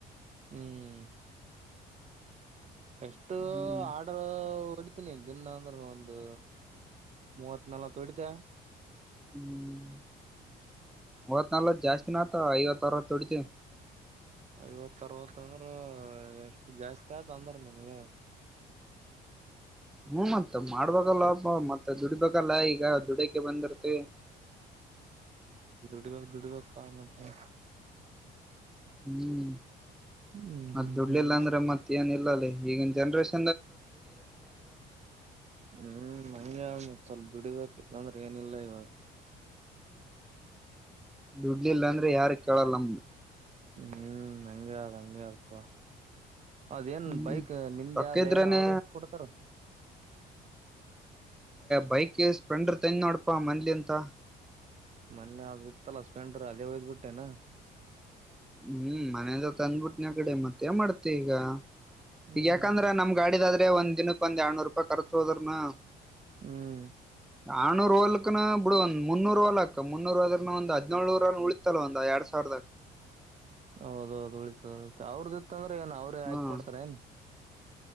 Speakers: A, on the right; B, in the centre.
A: ಹ್ಮ್ ಎಫಸ್ಟ್
B: ಹ್ಮ್
A: ಆರ್ಡರ್ ಹೊಡ್ಿತೀನಿ ದಿನ ಅಂದ್ರ ಒಂದು ಮೂವತ್ ನಲ್ವತ್ ಹೊಡಿತ
B: ಹ್ಮ್ ಮೂವತ್ ನಲ್ವ ಜಾಸ್ತಿ ನತ ಐವತ್ತು ಅರವ ತೊಡಿತಿ
A: ಐವತ್ ಅರವತ್ ಅಂದ್ರ ಎಷ್ಟ ಜಾಸ್ತಿ ಆತ ಅಂದ್ರ ನಿಮಗೆ
B: ಹ್ಮ್ ಮತ್ತತ್ ಮಾಡ್ಬೇಕಲ್ಲ ಮತ್ತೆ ದುಡಿಬೇಕಲ್ಲ ಈಗ ದುಡ ಬಂದರ್ತೆ
A: ದುಡಬೇಕಕ್ ದುಡಬೇಕಕ್ ಮೆ
B: ಹ್ಮ್
A: ಹ್ಮ್
B: ಮತ್ತ
A: ಹ್ಮ್
B: ದುಡ್ಲಿಲ್ಲ
A: ಹ್ಮ್
B: ಅಂದ್ರೆ ಮತ್ತ ಏನ ಇಿಲ್ಲಲ್ಲಿ ಈಗಿನ ಜನ್ರೇಷನ್
A: ಹ್ಮ್ ಮಗೆ ಅವ ಸ್ವಲ್ಪ ದುಡಿಬೇಕ ಹಿಲ್ಲಾಂದ್ರೆ ಏನಿಲ್ಲ ಇವಾಗ
B: ದುಡ್ಲಿಲ್ಲ ಅಂದ್ರೆ ಯಾರ ಕೇಳಲ್ಲ ನಮ್ದು
A: ಹ್ಮ್ ಹಂಗಗೆ ಅ ಹಂಗಗೆ ಅಪ್ಪ ಅದೇನ್
B: ಹ್ಮ್
A: ಬೈಕ್ ನಿಂದೆ
B: ರೊಕ್ಕ
A: ಆದ
B: ಇದ್ರನೆ
A: ಏನ್ ಅವರು ಕೊಡ್ತಾರ
B: ಬೈಕ್ ಸ್ಪ್ಲೆಂಡರ್ ತಂದಿ ನೋಡಪಾ ಮನ್ಲಿ ಅಂತ
A: ಮೊನ್ನೆ ಅ ಇತ್ತಲ್ಲ ಸ್ಪೆಂಡ್ರ ಅದೇ ಹಯ್ದ್ ಬಿಿಟ್ಟೆನಾ
B: ಹ್ಮ್ ಮನೇದ ತಂದ್ಬಿಟ್ಟನ ಕಡೆ ಮತ್ತೆ ಮಾಡ್ತಿ ಈಗ
A: ಹ್ಮ್
B: ಈಗ ಯಾಕಂದ್ರ ನಮ್ ಗಾಡಿದಾದ್ರೆ ಅೇ ಒಂದ್ನಕ್ಕಕ್ ಒಂದ ಎರಡ್ನೂರು ರೂಪಾಯಿ ರ್ಚು ಹೋದ್ರನು
A: ಹ್ಮ್
B: ಆರ್ನೂರು ವೋಲ್ಕನ ಬಿಡು ಒಂದ ಮುನ್ನೂರು ವೋಲ್ಾಕ್ ಮುನ್ನೂರ್ ಹದನ ಒಂದ ಹದ್ೇಳೂರುರಲ್ ಉಳಿತಲ್ಲ ಒಂದ್ ಎರಡ್ ಸಾವರದಕ್
A: ಹೌದೌದು ಉಳಿತದ ಉಳಿತ ಅವ್ರದಿತ್ತ ಅಂದ್ರ ಏನ್ ಅವ್ರೇ ಆಾಕಕ್
B: ಹ್ಮ್
A: ಕೊಡ್ತಾರ ಏನ್